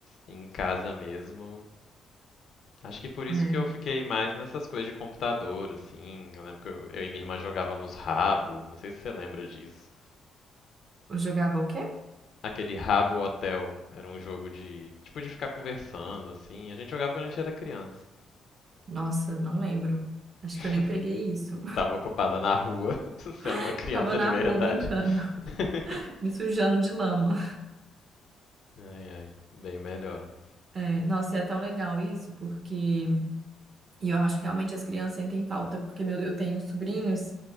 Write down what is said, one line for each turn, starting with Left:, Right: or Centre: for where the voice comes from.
Left: em casa mesmo Acho que por isso
Right: É.
Left: que eu fiquei mais nessas coisas de computador, assim. Eu lembro que eu, eu e minha irmã jogávamos rabo, não sei se você lembra disso.
Right: Eu jogava o quê?
Left: Aquele Rabo Hotel era um jogo de, tipo, de ficar conversando, assim. A gente jogava quando a gente era criança.
Right: Nossa, não lembro. Acho
Left: <laughs>
Right: que eu nem peguei isso.
Left: Tava ocupada na rua, <laughs> sendo
Right: <laughs>
Left: uma criança
Right: Tava na
Left: de verdade.
Right: rua brincando,
Left: <laughs>
Right: <laughs> me sujando de lama.
Left: Ai, ai, bem melhor.
Right: É, nossa, e é tão legal isso, porque E eu acho que realmente as crianças sentem falta, porque meu, eu tenho sobrinhos